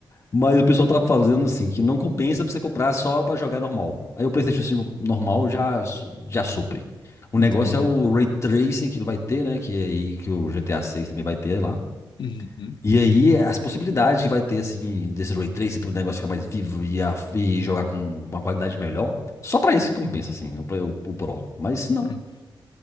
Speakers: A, on the left; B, on the left.
A: Mas o pessoal tá fazendo assim, que não compensa pra você comprar só pra jogar normal. Aí o PlayStation 5 normal já, su- já supre. O
B: Entendi.
A: negócio é o Ray Tracing que ele vai ter, né? Que é aí que o GTA seis também vai ter lá.
B: Uhum.
A: E aí, as possibilidades que vai ter, assim, desse Ray Tracing pro negócio ficar mais vivo e, a- e jogar com uma qualidade melhor, só pra isso que compensa, assim, o, Play- o, o Pro. Mas se não.
B: É.